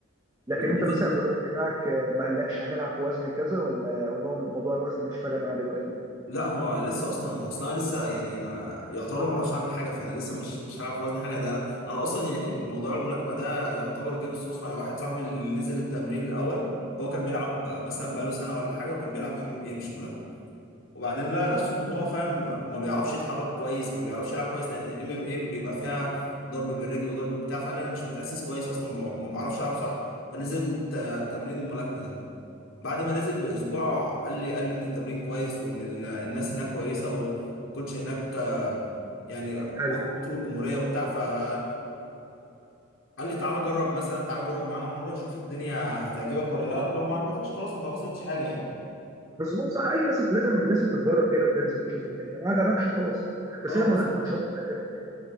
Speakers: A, on the right (about 15°); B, on the left (about 75°).
A: لكن
B: وبنزل
A: انت مثلا المدرب بتاعك ما قالكش هنلعب في وزن كذا ولا ولا هو موضوع الوزن مش فارق معاه دلوقتي
B: لا هو لسه اصلا اصلا أنا لسه يعني ما يعتبر ما اعرفش اعمل حاجه فانا لسه مش مش هلعب في وزن حاجه ده انا أنا اصلا يعني موضوع الملاكمه ده يعتبر جه بالصدفه انا واحد صاحبي اللي نزل التمرين الاول هو كان بيلعب مثلا بقاله سنه ولا حاجه وكان بيلعب ام ايه مش ملاكمه وبعدين لقى
A: اه
B: نفسه ان هو فاهم ما بيعرفش يتحرك كويس ما بيعرفش يلعب كويس لان ام ام ايه بيبقى فيها ضرب بالرجل وضرب بتاع فقال لي انا مش متاسس كويس اصلا ما ما بعرفش العب صح فنزل ت- تمرين الملاكمه ده بعد ما نزل باسبوع قال لي قال لي ان التمرين كويس وان ال- الناس هناك كويسه و- والكوتش هناك
A: اه.
B: يعني
A: حلو
B: واخد بطوله الجمهوريه وبتاع فقال لي تعالى جرب مثلا تعالى جرب معانا مره شوف الدنيا هتعجبك ولا لا لو ما عجبتكش خلاص انت ما خسرتش حاجه يعني
A: بس هو صح اي لازم لازم لازم تتجرأ كده وتنزل وتشوف الدنيا ما عجبكش خلاص بس
B: اه
A: هي
B: بالظبط
A: ملاكمه ان شاء الله تعجبك يعني